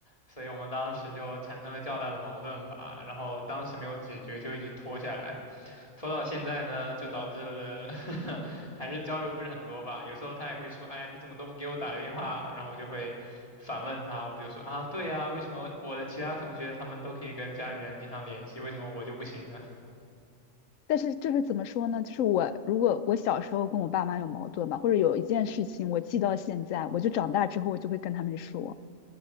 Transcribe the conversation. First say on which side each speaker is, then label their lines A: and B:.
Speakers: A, on the left (about 25°); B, on the left (about 80°).
A: 所以我们当时就产生了较大的矛盾吧。然后当时没有解决，就一直拖下来。拖到现在呢，就导致了呵呵 <laughs> 还是交流不是很多吧。有时候他也会说：“哎呀，你怎么都不给我打个电话？”然后我就会反问他，我就说：“啊，对呀，为什么我的其他同学他们都可以跟家里人经常联系，为什么我就不行呢？”
B: 但是就是怎么说呢？就是我如果我小时候跟我爸妈有矛盾吧，或者有一件事情我记到现在，我就长大之后我就会跟他们说，